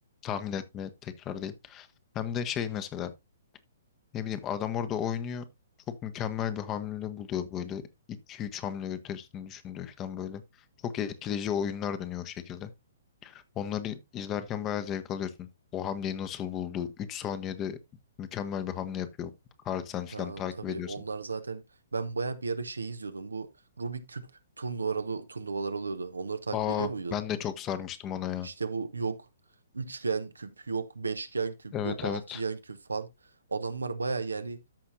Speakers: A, on the left; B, on the right.
A: tahmin etme tekrar değil. Hem de şey mesela Ne bileyim adam orada oynuyor. Çok mükemmel bir hamle buluyor böyle. iki üç hamle ötesini düşündüğü falan böyle. Çok etkileyici oyunlar dönüyor o şekilde. Onları izlerken bayağı zevk alıyorsun. O hamleyi nasıl buldu? üç saniyede mükemmel bir hamle yapıyor. Carlsen falan
B: Ya
A: takip
B: tabii
A: ediyorsun.
B: onlar zaten ben baya bir ara şey izliyordum. Bu Rubik küp turnuvaları turnuvalar oluyordu. Onları takip
A: Aa
B: ediyor muydun?
A: ben de çok sarmıştım ona ya.
B: İşte bu yok üçgen küp, yok beşgen küp,
A: Evet
B: yok altıgen
A: evet.
B: küp falan. Adamlar baya yani